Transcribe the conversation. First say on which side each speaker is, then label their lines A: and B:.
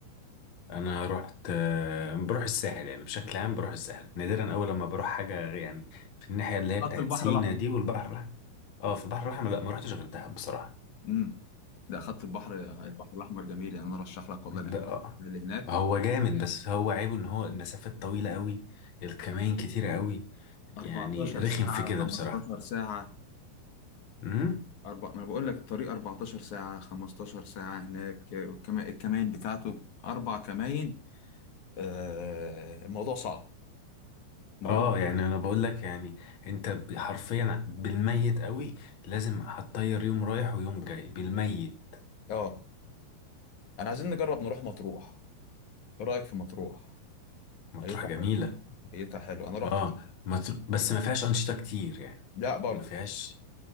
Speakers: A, on the left; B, on the left.
A: أنا رحت آه، بروح الساحل يعني بشكل عام بروح الساحل نادرا أول لما بروح حاجة غير- يعني في الناحية اللي هي بتاعت
B: خط البحر
A: سينا
B: الاحمر
A: دي والبحر الأحمر اه في البحر الأحمر لا ما رحتش غير دهب بصراحة
B: امم ده خط البحر البحر الاحمر جميل يعني انا ارشح لك والله
A: ده
B: الاماكن اللي هناك
A: هو جامد بس هو عيبه ان هو المسافات طويلة قوي الكمائن كتيرة قوي يعني
B: 14
A: رخم في كده
B: ساعه 15
A: بصراحة
B: ساعه
A: امم
B: أربع... ما انا بقول لك الطريق 14 ساعه 15 ساعه هناك الكما... الكمائن بتاعته اربع كمائن آه... الموضوع صعب موضوع
A: اه يعني انا بقول لك يعني انت ب- حرفيا بالميت قوي لازم هتطير يوم رايح ويوم جاي بالميت
B: اه انا عايزين نجرب نروح مطروح ايه رايك في مطروح
A: مطروح
B: ميتها
A: جميلة
B: حلو ميتها حلو انا رحت
A: اه مطر... بس ما فيهاش أنشطة كتير يعني
B: لا برضو
A: ما فيهاش